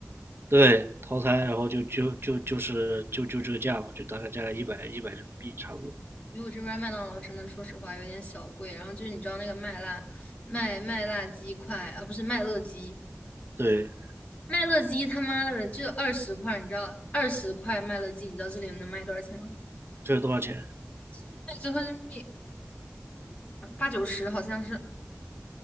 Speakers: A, on the right; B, on the left.
A: 对，套餐，然后就就就就是就就这个价吧，就大概价一百一百人民币差不多。
B: 我觉得我这边麦当劳真的，说实话有点小贵。然后就是你知道那个麦辣麦麦辣鸡块啊，不是麦乐鸡，
A: 对，
B: 麦乐鸡他妈的就二十块，你知道二十块麦乐鸡，你知道这里能卖多少钱吗？
A: 这是多少钱？
B: <laughs> 折合人民币八九十好像是。